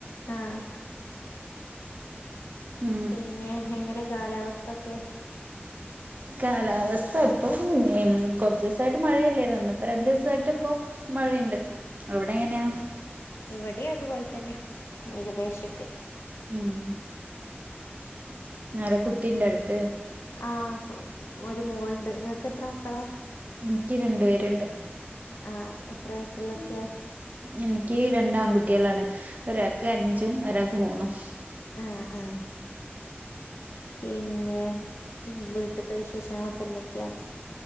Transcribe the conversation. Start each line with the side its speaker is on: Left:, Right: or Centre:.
Left: ആഹ്
Right: ഉം
Left: പിന്നെ, എങ്ങനെ കാലാവസ്ഥൊക്കെ?
Right: കാലാവസ്ഥ ഇപ്പം ഉം കൊറച്ചീസായിട്ട് മഴയല്ലേര്ന്നൊ. ഇന്ന് ഇപ്പം രണ്ടീസായിട്ട് ഇപ്പം മഴ ഴ്ണ്ട്. അവിടെ എങ്ങനെയാ?
Left: ഇവടിം അതുപോൽ തന്ന്യാ ഏകദേശൊക്കെ
Right: ഉം ആര കുട്ടിൻ്റട്ത്ത്?
Left: ആഹ് ഒരു മോള് ണ്ട്. ഇങ്ങക്ക് എത്ര മക്കളാ?
Right: ഇൻക്ക് രണ്ട് പേര് ണ്ട്.
Left: ആഹ് എത്ര വയസ്സ്ള്ള ഒക്ക്യാ.
Right: ഇൻക്ക് രണ്ട് ആൺകുട്ടികളാണ്. ഒരാക്ക് അഞ്ചും ഒരാക്ക് മൂന്നും.
Left: ആഹ് ആഹ്. പിന്നെ ഉം വീട്ട് ത്തെ വിശേഷങ്ങള് ഒക്കെ എന്തൊക്ക്യാ?